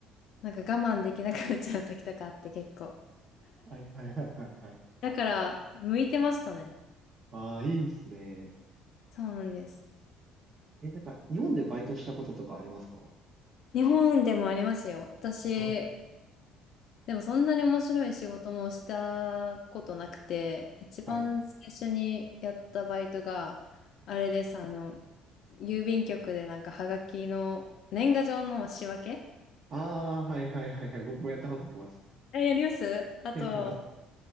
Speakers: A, on the left; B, on the right.
A: なんか我慢できなくなっちゃう時とかあって結構。
B: はい、はい、はい、はい。はい
A: だから、向いてましたね。
B: ああ、いいですね。
A: そうなんです。
B: え、なんか、日本でバイトしたこととかありますか
A: 日本でもありますよ。私、
B: あ、
A: でもそんなに面白い仕事もしたことなくて、一番最初にやったバイトが、
B: はい。
A: あれです、あの、郵便局でなんかはがきの年賀状の仕分け
B: ああ、はいはいはいはい。僕もやったことあります。
A: え、やりますあと、
B: やります。